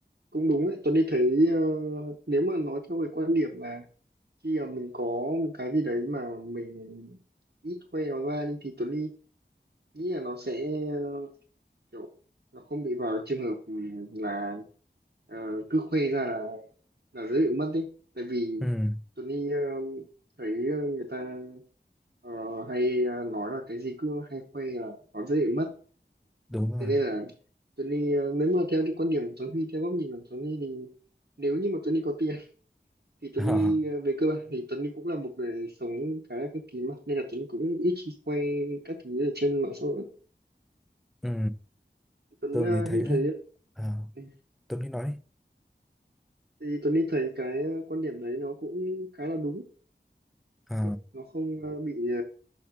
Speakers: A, on the right (about 65°); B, in the centre.
A: Cũng đúng ấy, tôi đi thấy ờ, nếu mà nói theo cái quan điểm là khi mà mình có một cái gì đấy mà mình ít khoe nó ra đi thì Tuấn Ly nghĩ là nó sẽ ờ, kiểu nó không bị vào trường hợp ừm, là ờ, cứ khoe ra là là dễ bị mất đấy tại vì
B: ừ
A: Tuấn Ly ờ, thấy ờ, người ta ờ, hay ờ, nói là cái gì cứ hay khoe là nó dễ bị mất
B: đúng rồi
A: thế nên
B: <laughs>
A: là Tuấn Ly ờ, nếu mà theo cái quan điểm của Tuấn Ly theo góc nhìn của Tuấn Ly thì nếu như mà Tuấn Ly có tiền thì Tuấn
B: Ờ,
A: Huy ờ, về cơ bản thì Tuấn Huy cũng là một người sống khá là cực kỳ mà nên là Tuấn Huy cũng ít khi quay các thứ ở trên mạng xã hội lắm.
B: ừ
A: thì Tuấn
B: tôi
A: ờ,
B: mới thấy
A: Huy
B: đấy
A: thấy
B: Ờ,
A: ờ,
B: Tuấn Huy nói đi
A: thì Tuấn Huy thấy cái ờ, quan điểm đấy nó cũng khá là đúng
B: Ờ.
A: kiểu nó không ờ, bị